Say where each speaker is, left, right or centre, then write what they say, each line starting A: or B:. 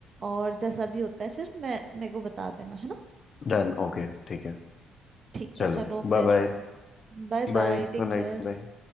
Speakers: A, on the right (about 45°); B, on the left (about 45°).
A: और जैसा भी होता है फिर मैं मेरे को बता देना है ना
B: डन ओके ठीक है
A: ठीक
B: चलो
A: है चलो
B: bye
A: फिर
B: bye
A: Bye
B: Bye
A: bye take
B: good night
A: care
B: bye